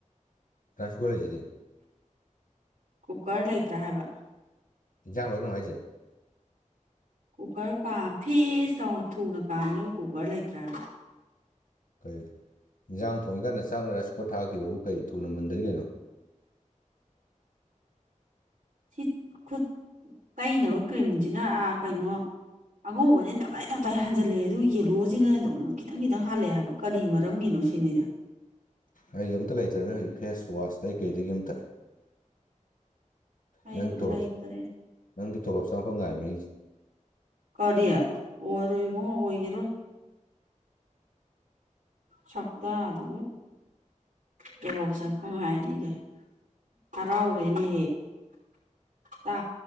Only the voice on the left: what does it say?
ꯔꯥꯁꯒꯣꯂꯦꯖꯗꯗꯤ
ꯖꯥꯡꯂꯣ ꯅꯨꯡꯉ ꯍꯥꯏꯁꯦ
ꯀꯔꯤ ꯏꯟꯖꯥꯡ ꯊꯣꯡꯉꯤꯀꯥꯟꯗ ꯆꯥꯛ ꯔꯁ ꯀꯄꯔ ꯊꯥꯈꯤꯕꯕꯨ ꯀꯔꯤ ꯊꯨꯅ ꯃꯨꯗꯔꯤꯒꯅꯣ <inaudible>
ꯑꯩꯁꯨ ꯑꯝꯇ ꯂꯩꯖꯔꯕꯕꯅꯦ ꯍꯧꯖꯤꯛ ꯐꯦꯁ ꯋꯥꯁꯇ ꯀꯩꯗꯒꯤ ꯑꯝꯇ
ꯅꯪꯒꯤ ꯇꯣꯂꯣꯞ
ꯅꯪꯒꯤ ꯇꯣꯂꯣꯞ ꯆꯪꯉꯛꯄ ꯉꯥꯏꯃꯦ ꯑꯩꯁꯦ